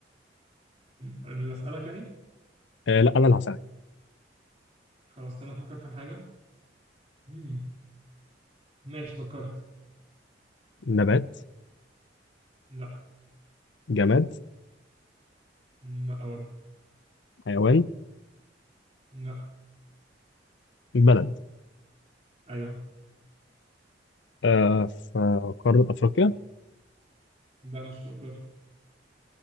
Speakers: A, on the right; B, on the left.
A: مم. انا اللي اسالك يعني
B: آه لا انا اللي هسألك
A: خلاص انا افكر في حاجه مم. ماشي فكرت
B: نبات
A: لا
B: جماد
A: لا برضه
B: حيوان
A: لا
B: بلد
A: ايوه
B: آه في قارة افريقيا
A: لا مش في افريقيا